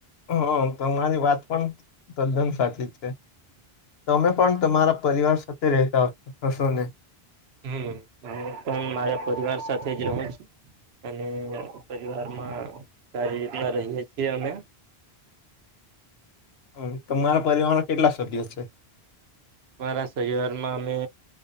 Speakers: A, on the left (about 75°); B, on the right (about 80°).
A: હા તમારી વાત પણ તદ્દન સાચી છે, તમે પણ તમારા પરિવાર સાથે રહેતા હશોને.
B: હમ્મ, હું પણ મારા પરિવાર સાથે જ રહું છું. અને પરિવારમાં સારી રીતના રહીએ છીએ અમે.
A: હમ્મ તમારા પરિવારમા કેટલા સભ્યો છે.
B: મારા સઈઆરમાં અમે